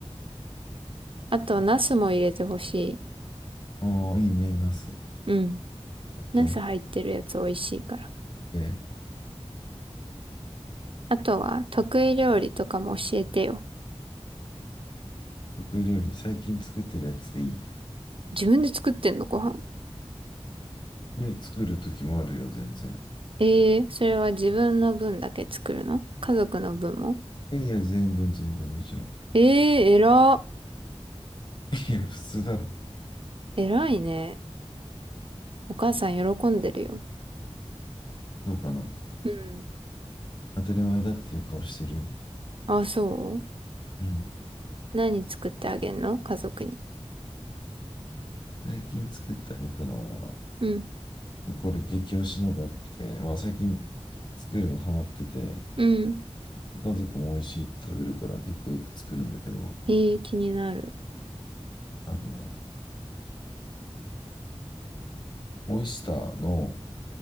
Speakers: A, on the right (about 55°); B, on the left (about 45°).
A: あと、ナスも入れてほしい。
B: も。ああ、いいね、ナス。
A: うん。
B: オッケー、
A: ナス入ってるやつ美味しいから。
B: オッケー。
A: あとは、得意料理とかも教えてよ。
B: 得意料理、最近作ってるやつでいい
A: 自分で作ってんのご飯。
B: ね、作る時もあるよ、全然。
A: えー、それは自分の分だけ作るの家族の分も
B: いやいや、全部、全部、もちろん。
A: えー、えら。
B: いや、普通だろ。
A: えらいね。お母さん喜んでるよ。
B: そうかな。
A: うん。
B: 当たり前だっていう顔してるよ。
A: あ、そ
B: うん。
A: う何作ってあげんの家族に。
B: 最近作ってあげたのは、
A: うん。
B: え、これ激推しのがあって、まあ最近作るのハマってて、
A: うん。
B: 家族も美味しいって食べるから結構よく作るんだけど、
A: えー、気になる。
B: あの、オイスターの、